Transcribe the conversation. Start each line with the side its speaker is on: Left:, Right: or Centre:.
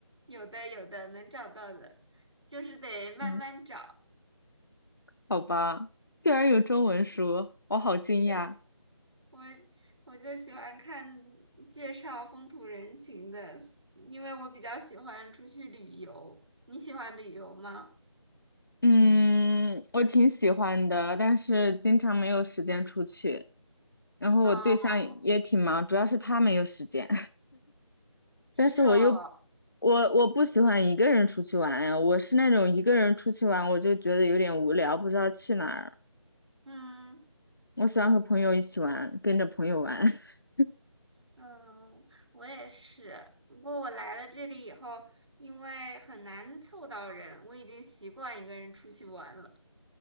Right: 有的有的能找到的，就是得慢慢找。
Left: 嗯，好吧，居然有中文书，
Right: 嗯，
Left: 我好惊讶。
Right: 对。我我就喜欢看介绍风土人情的，因为我比较喜欢出去旅游。你喜欢旅游吗？
Left: 嗯，我挺喜欢的，但是经常没有时间出去。然后我对象也挺忙，
Right: 哦，
Left: 主要是他没有时间。
Right: 是哦，
Left: 但是我又我我不喜欢一个人出去玩呀，我是那种一个人出去玩我就觉得有点无聊，不知道去哪儿。
Right: 嗯
Left: 我喜欢和朋友一起玩，跟着朋友玩。<laughs>
Right: 嗯，我也是。不过我来了这里以后，因为很难凑到人，我已经习惯一个人出去玩了。